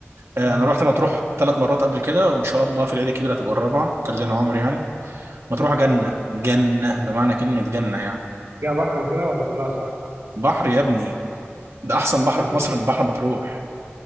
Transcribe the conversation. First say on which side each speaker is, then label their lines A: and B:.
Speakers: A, on the right; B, on the right.
A: آه،
B: مم.
A: أنا رحت مطروح ثلاث مرات قبل كده وإن شاء الله في العيد الكبير هتبقى الرابعة كان لنا عمر يعني مطروح جنة
B: مم.
A: جنة بمعنى كلمة جنة يعني
B: فيها بحر وكده ولا كلها صح؟
A: بحر يا ابني ده أحسن بحر
B: مم.
A: في مصر من بحر مطروح